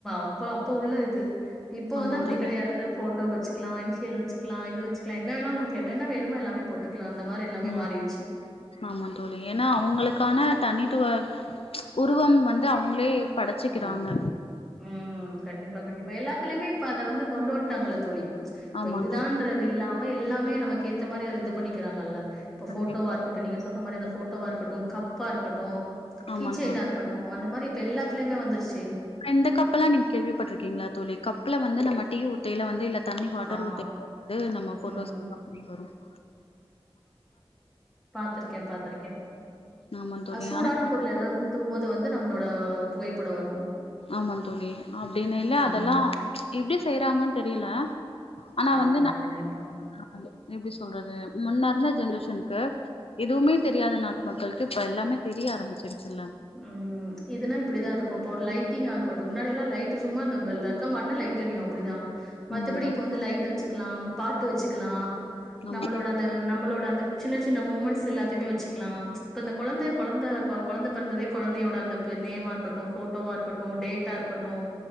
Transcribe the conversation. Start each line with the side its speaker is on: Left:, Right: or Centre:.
Centre: அப்ப அப்ப உள்ள இது இப்போ
Left: ஆமா
Centre: வந்து அப்டி
Left: தோழி
Centre: கெடயாதுல்ல போட்டோ வச்சுக்லா இனிஷியல் வச்சுக்லா இது வச்சுக்லா என்ன வேணா நமக்கு என்னென்ன வேணுமோ எல்லாமே போட்டு க்லா அந்த மாரி எல்லாமே
Left: ம்
Centre: மாறிடுச்சு
Left: ஆமா தோழி ஏன்னா அவங்களுக்கான தனித்துவ உருவம் வந்து அவங்ளே வச்சுக்கிறாங்க
Centre: ஆ ம் கண்டிப்பா கண்டிப்பா எல்லாத்துலயுமே இப்ப அத வந்து கொண்டு வந்ட்டாங்கல்ல தோழி இப்ப
Left: ஆமா
Centre: இதுதான்றது
Left: தோழி
Centre: இல்லாம எல்லாமே நமக் ஏத்த மாரி அது இது பண்ணிக்கிறாங்கல்ல இப்ப
Left: கண்டிப்பா
Centre: போட்டோவா இருக்கட்டும் நீங்க சொல்ற மாரி அந்த போட்டோ வா இருக்கட்டு கப்பா இருக்கட்டு
Left: ஆமா
Centre: கீச்செயினா
Left: தோழி
Centre: இருக்கட்டு அந்த மாரி இப்ப எல்லா த்துலயுமே வந்துருச்சு
Left: எந்த கப்புல்லா நீங்க கேள்விப்பட்ருக்கீங்ளா தோழி கப்புல வந்து நம்ம டீ ஊத்தைல வந்து இல்ல தண்ணி வாட்டர்
Centre: ஆமா.
Left: ஊத்தைலே நம்ம போட்டோஸ்
Centre: ம்.
Left: வரு <inaudible>
Centre: பாத்துருக்க பாத்துருக்க
Left: ஆமா தோழி
Centre: அது சூடான
Left: ஆனா
Centre: பொருள் எதாவ்து ஊத் தும் போது வந்து நம்ளோட புகைப்படோ வரு
Left: ஆமாங் தோழி அப்டினு இல்ல
Centre: ம்.
Left: அதெல்லா எப்டி செய்றாங்கன் தெரியில ஆனா
Centre: ஆமா,
Left: வந்து <inaudible> <inaudible>
Centre: கண்டிப்பா.
Left: எப்டி சொல்றது முன்ன இருந்த ஜென்ரேஷனுக்கு எதுவுமே தெரியாத நாட்டு மக்கள்க்கு இப்ப எல்லாமே தெரிய ஆரம்பிச்சுடுச்சில்ல
Centre: ம் இதுனா இப்டிதா இருக்கு தோழி லைட்டிங்கா இருக்கட்டு முன்னாடியெல்லா லைட்டு சும்மா அந்த பல் பல்ப் ப்ப மட்டு லைட் எரியு அப்பிடிதா மத்தபடி
Left: ஆமா தோழி
Centre: இப்ப வந்து லைட் வச்சுக்கலா பாட்டு வச்சுக்கலா
Left: ஆமா
Centre: நம்மளோட அந்த நம்மளோட அந்த சின்ன சின்ன மூமெண்ட்ஸ் எல்லாத்தையுமே வச்சுக்கலா இப்போ அந்த கொழந்த கொழந்த கொ கொழந்த பொந்ததே கொழந்தயோட அந்த நேமா இருக்கட்டு போட்டோவா இருக்கட்டு டேட்டா இருக்கட்டு